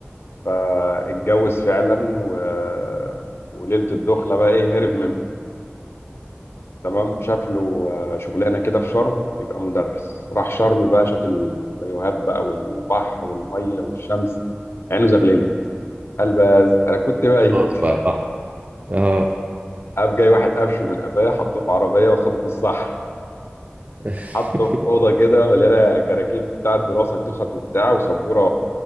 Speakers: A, on the left (about 75°); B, on the right (about 40°).
A: فاتجوز فعلا و... وليله الدخله بقى ايه هرب منها تمام شاف له آه، شغلانه كده في شرم يبقى مدرس راح شرم بقى شاف البيوهات بقى والبحر والميه والشمس عينه زغللت قال بس انا كنت بايت
B: خلاص بقى اه
A: قام جاي واحد قفشه من قفاه حطه في عربيه وخده في الصحراء
B: <laughs>
A: حطه في اوضه كده مليانه كراكيب بتاع الدراسه تخت وبتاع وسبوره